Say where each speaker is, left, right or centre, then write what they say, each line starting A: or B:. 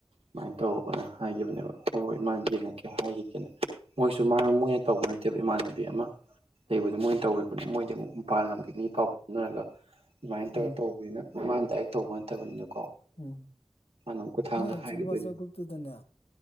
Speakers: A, on the right; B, on the left.
A: ꯁꯨꯃꯥꯏꯅ ꯇꯧꯔꯛꯑꯣꯅ ꯍꯥꯏꯈꯤꯕꯅꯦꯕ ꯍꯣꯏ ꯍꯣꯏ ꯃꯥ ꯌꯦꯡꯉꯛꯀꯦ ꯍꯥꯏꯈꯤꯒꯦꯅ ꯃꯣꯏ ꯁꯨ ꯃꯣꯏꯅ ꯇꯧꯕ ꯅꯠꯇꯦꯕ ꯏꯃꯥꯟꯅ ꯑꯃ ꯂꯩꯕꯗ ꯃꯣꯏꯅ ꯇꯧꯅꯤ ꯃꯣꯏꯗꯤ ꯑꯃꯨꯛ ꯃꯄꯥꯟ ꯂꯝꯒꯤ ꯃꯤ ꯄꯥꯎ ꯐꯥꯎꯅꯔꯒ ꯑꯗꯨꯃꯥꯏꯅ ꯇꯧꯔ
B: ꯎꯝ
A: ꯇꯧꯕꯅꯤꯅ ꯃꯥ <unintelligible> <unintelligible>
B: ꯎꯝ
A: ꯑꯃꯨꯛ ꯈꯨꯊꯥꯡꯗ
B: ꯃꯣꯏ ꯍꯧꯖꯤꯛꯀꯤ
A: ꯍꯥꯏꯈꯤꯗꯣꯏꯅꯦ
B: ꯋꯥꯆꯞ ꯒ꯭ꯔꯨꯞꯇꯨꯗꯅꯦ